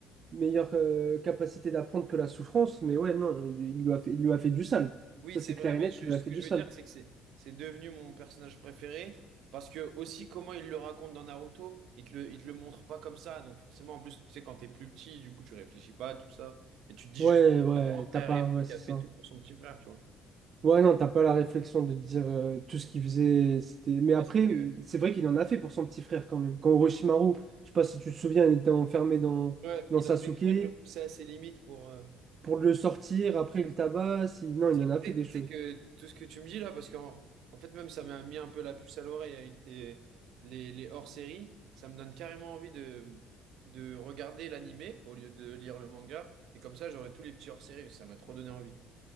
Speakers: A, on the right (about 45°); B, on the right (about 70°).
A: meilleure euh, capacité d'apprendre que la souffrance, mais ouais, non, il, il lui a fait, il lui a fait du sale.
B: Oui,
A: Ça,
B: c'est
A: c'est
B: vrai,
A: clair et
B: mais
A: net
B: je-
A: qu'il lui
B: ce
A: a fait
B: que
A: du
B: je veux
A: sale.
B: dire, c'est que c'est c'est devenu mon personnage préféré. Parce que aussi comment il le raconte dans Naruto, il te le, il te le montre pas comme ça. Donc forcément, en plus, tu sais, quand t'es plus petit, du coup, tu réfléchis pas à tout ça. Et tu te dis
A: Ouais,
B: juste
A: ouais,
B: un grand frère
A: t'as pas,
B: aimé
A: ouais,
B: qui
A: c'est
B: a
A: ça.
B: fait tout pour son petit frère, tu vois.
A: Ouais, non, t'as pas la réflexion de te dire euh, tout ce
B: Mm.
A: qu'il faisait, c'était. Mais après,
B: Parce que
A: c'est vrai qu'il en a fait pour son petit frère quand même. Quand Orochimaru, je sais pas si tu te souviens, il était enfermé dans,
B: ouais,
A: dans
B: il
A: Sasuke.
B: a fait exprès de le pousser à ses limites pour, euh,
A: pour le sortir, après il tabasse. il- Non, il
B: Tu
A: en a fait
B: sais
A: des
B: tu
A: choses.
B: sais que tout ce que tu me dis là, parce qu'en en fait, même ça m'a mis un peu la puce à l'oreille avec tes, les, les hors-séries, ça me donne carrément envie de, de regarder l'animé au lieu de lire le manga. Et comme ça, j'aurai tous les petits hors-séries, ça m'a trop donné envie.